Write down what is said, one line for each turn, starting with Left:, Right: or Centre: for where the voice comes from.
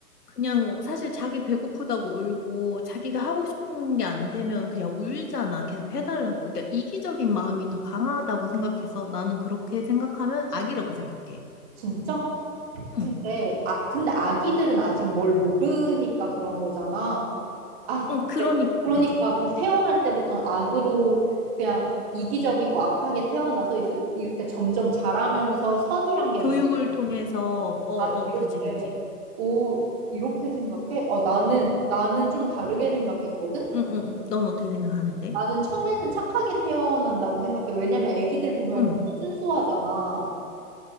Left: 그냥 사실 자기 배고프다고 울고 자기가 하고 싶은 게 안 되면 그냥 울잖아. 계속 해달라고. 그러니까 이기적인 마음이 더 강하다고 생각해서 나는 그렇게 생각하면 악이라고 생각해.
Right: 진짜? 근데,
Left: 응.
Right: 아, 근데 아기들은 아직 뭘 모르니까 그런 거잖아. 아,
Left: 응, 그러니까.
Right: 그래. 그러니까 그 태어날 때부터 악으로 그냥 이기적이고 악하게 태어나서 있- 이렇게 점점 자라면서 선이란 게
Left: 교육을
Right: 뭔지
Left: 통해서, 어, 어,
Right: 아, 이렇게,
Left: 그지, 그지.
Right: 오, 이렇게 생각해? 어, 나는, 나는 좀 다르게 생각했거든?
Left: 응, 응, 응. 넌 어떻게 생각하는데?
Right: 나는 처음에는 착하게 태어난다고 생각해. 왜냐면 애기들 보면
Left: 응.
Right: 엄청 순수하잖아.